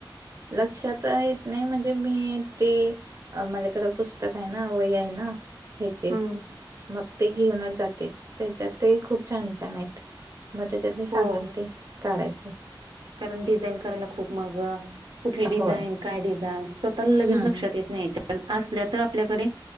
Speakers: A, on the right; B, on the right.
A: लक्षात येत नाही म्हणजे मी ते अ माझ्याकडे पुस्तक हायना वही हायना. ह्याचे
B: हम्म
A: मग ते घेऊनच जाते त्याच्यात ते खूप छान छान आहेत. मग त्याच्यातलं सांगल
B: हो
A: ते काढायची.
B: कारण डिझाईन करायला लागतो मग कुठली
A: होय
B: डिझाईन काय डिझाईन स्वतःला लगेच
A: हम्म
B: लक्षात येत नाही तर असल्या तर आपल्याकडे